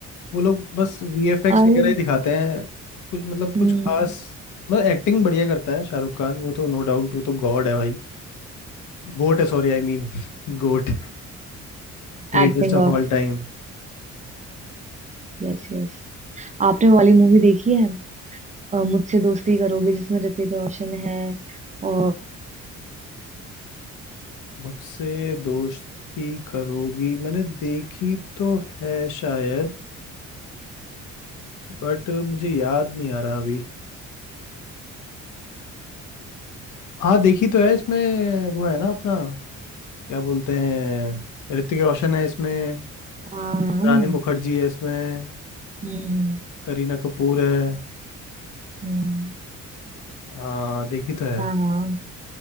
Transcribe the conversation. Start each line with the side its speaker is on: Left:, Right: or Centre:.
Left: वो लोग बस वीएफएक्स
Right: अरे
Left: वगैरह ही दिखाते हैं कुछ मतलब
Right: Hmm
Left: कुछ खास मतलब एक्टिंग बढ़िया करता है शाहरुख खान वो तो नो डाउट वो तो गॉड है भाई गोट है sorry I mean GOAT greatest
Right: Acting
Left: of
Right: of
Left: all time
Right: yes yes <laughs> आपने वाली मूवी देखी है अ, मुझसे दोस्ती करोगे जिसमें ऋतिक रोशन है और
Left: <laughs> मुझसे दोस्ती करोगी मैंने देखी तो है शायद बट मुझे याद नहीं आ रहा अभी हाँ देखी तो है इसमें वो है ना अपना क्या बोलते हैं ऋतिक रोशन है इसमें
Right: हाँ
Left: रानी मुखर्जी है इसमें
Right: हम्म
Left: करीना कपूर है
Right: हम्म
Left: हाँ देखी तो है
Right: हाँ हाँ